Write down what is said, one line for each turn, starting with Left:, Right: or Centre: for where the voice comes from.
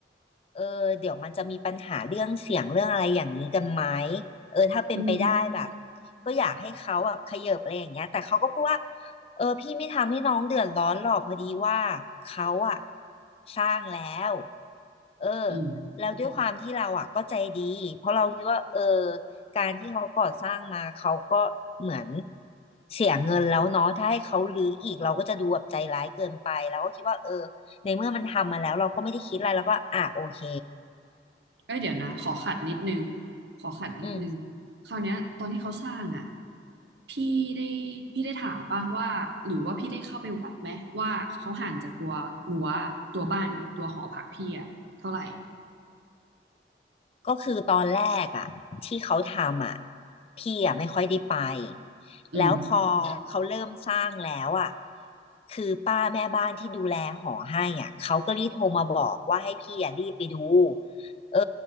Left: เออเดี๋ยวมันจะมีปัญหาเรื่องเสียงเรื่องอะไรอย่างนี้กันไหมเออถ้าเป็นไปได้แบบ
Right: อืม
Left: ก็อยากให้เขาแบบเขยิบอะไรอย่างเงี้ยแต่เขาก็พูดว่าเออพี่ไม่ทำให้น้องเดือดร้อนหรอกพอดีว่าเขาอะสร้างแล้วเออ
Right: อืม
Left: แล้วด้วยความที่เราอะก็ใจดีเพราะเราคิดว่าเออการที่เขาก่อสร้างมาเขาก็เหมือนเสียเงินแล้วเนาะถ้าให้เขารื้ออีกเราก็จะดูแบบใจร้ายเกินไปเราก็คิดว่าเออในเมื่อมันทำมาแล้วเราก็ไม่ได้คิดอะไรแล้วก็อ่ะโอเค
Right: เอ้ยเดี๋ยวนะ ขอขัดนิดนึงขอขัดนิดนึง
Left: อืม
Right: คราวเนี้ยตอนที่เขาสร้างอ่ะ พี่ได้พี่ได้ถามปะว่าหรือว่าพี่ได้เข้าไปวัดไหมว่าเขาห่างจากตัวรั้วตัวบ้านตัวหอพักพี่อ่ะเท่าไหร่
Left: ก็คือตอนแรกอ่ะที่เขาทำอ่ะพี่อ่ะไม่ค่อยได้ไป
Right: อืม
Left: แล้วพอเขาเริ่มสร้างแล้วอ่ะคือป้าแม่บ้านที่ดูแลหอให้อ่ะเขาก็รีบโทรมาบอกว่าให้พี่อ่ะรีบไปดูเออ